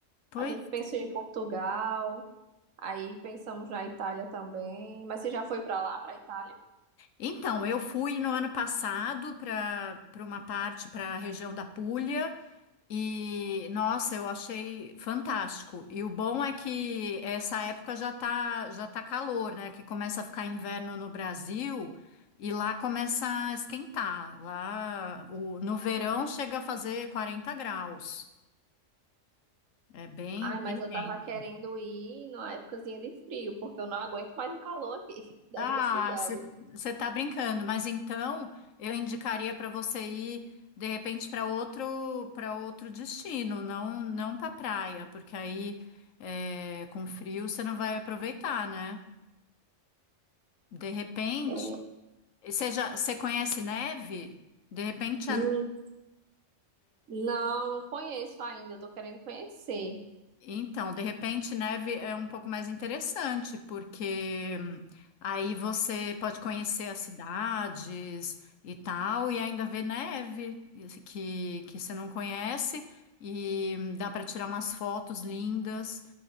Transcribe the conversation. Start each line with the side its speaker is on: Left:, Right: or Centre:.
Left: Pois.
Right: A gente pensou em Portugal, aí pensamos na Itália também. Mas você já foi pra lá, pra Itália?
Left: Então, eu fui no ano passado para para uma parte, para a região da Puglia, e nossa, eu achei fantástico. E o bom é que essa época já tá, já tá calor, né? Que começa a ficar inverno no Brasil e lá começa a esquentar. Lá o, no verão chega a fazer 40 graus. É bem,
Right: Ai,
Left: bem
Right: mas eu
Left: quente.
Right: tava querendo ir numa épocazinha de frio, porque eu não aguento mais o calor aqui <laughs> da
Left: Ah,
Right: minha cidade.
Left: você está brincando, mas então eu indicaria para você ir de repente para outro para outro destino, não não para praia, porque aí é, com frio você não vai aproveitar, né? De repente,
Right: É.
Left: você já você conhece neve? De repente
Right: Hum,
Left: a
Right: Não, não conheço ainda, eu tô querendo conhecer.
Left: Então, de repente, neve é um pouco mais interessante, porque hum, aí você pode conhecer as cidades e tal, e ainda ver neve que, que você não conhece, e hum, dá para tirar umas fotos lindas.